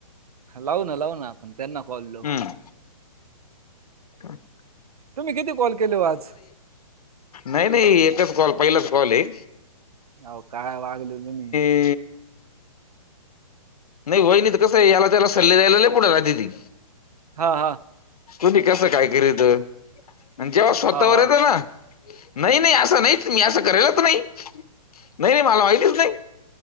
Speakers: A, on the right; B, on the left.
A: लावू ना लाव ना आपण त्यांना कॉलो
B: हम्म हम
A: तुम्ही किती कॉल केले आज
B: नाही नाही एकच कॉल पहिलाच कॉल आहे
A: अ काय वागले तुम्
B: ते नाही वहिणी तर कसं आहे याला त्याला सल्ले दयला नाही पुढे आ दिदी
A: हा हा
B: तू न कस काय कररीत जेव्हा स्वतःवर
A: हा हा
B: येतं ना नाही नाही असं नाही मी असं करेलच नाही नाही नाही मला माहितीच नाही